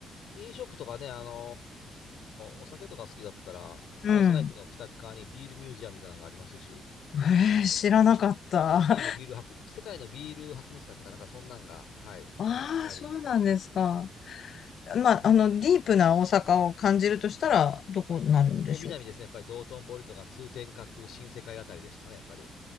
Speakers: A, on the left; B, on the left.
A: 飲食とかね、あのーお酒とか好きだったら、
B: うん。
A: 大阪駅の北側にビールミュージアムみたいなのがありますし、
B: えー、知らなかった。
A: 世界のビール博、
B: <laughs>
A: 世界のビール博物館とか、なんかそんなんが、はい、
B: ああ、
A: あったり
B: そうなんですか。まあ、
A: とか、
B: あの、ディープな大阪を感じるとしたら、どこになるんでしょうか。
A: もう南ですね、やっぱり道頓堀とか通天閣、新世界あたりですかね、やっぱり。